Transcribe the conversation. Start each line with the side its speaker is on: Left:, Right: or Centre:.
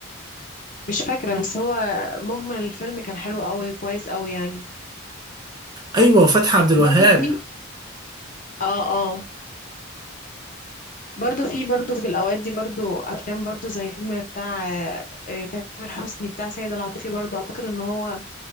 Left: مش فاكرة بس هو مجمل الفيلم كان حلو قوي كويس قوي يعني
Right: ايوه وفتحي عبد الوهاب
Left: برضو في اه اه برضو في برضو في الأوقات دي برضو أفلام برضو زي فيلم بتاع آه، آه، تامر حسني بتاع سيد العاطفي برضو أعتقد إن هو